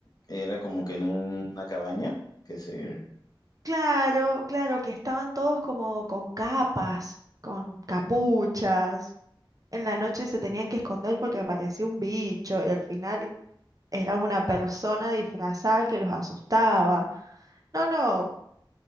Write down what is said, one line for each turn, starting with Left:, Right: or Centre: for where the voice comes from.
Left: Era como que en una cabaña, que se...
Right: Claro, claro, que estaban todos como con capas, con capuchas. En la noche se tenían que esconder porque aparecía un bicho y al final era una persona disfrazada que los asustaba. No, no,